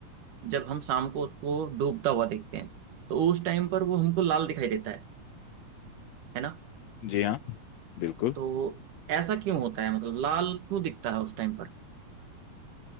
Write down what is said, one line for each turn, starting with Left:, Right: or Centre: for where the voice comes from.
Right: जब हम शाम को उसको डूबता हुआ देखते हैं तो उस टाइम पर वो हमको लाल दिखाई देता है है ना
Left: जी हाँ बिल्कुल
Right: तो ऐसा क्यों होता है मतलब लाल क्यों दिखता है उस टाइम पर